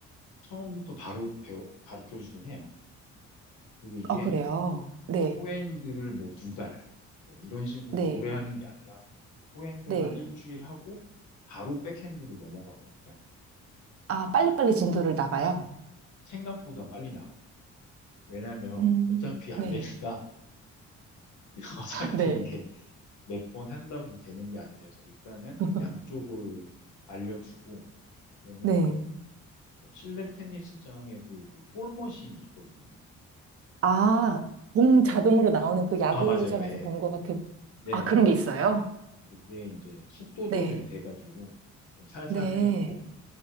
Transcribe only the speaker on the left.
처음부터 바로 배워, 가르쳐 주긴 해요. 그리고 이게
뭐
포핸드를 뭐 두 달, 뭐 이런 식으로
오래 하는 게 아니라 포핸드
한 일주일 하고 바로 백핸드로 넘어가거든요.
생각보다 빨리 나가요. 왜냐면
어차피 안
되니까 <laughs> 어차피
이게 몇 번 한다고 되는 게 아니라서 일단은
양쪽을 알려주고 그러면은
뭐 실내 테니스장에도 그 볼 머신이 있거든요.
그-
아, 맞아요. 예.
네네네네.
그게 이제 속도
조절이 돼가지고 좀 살살
해놓고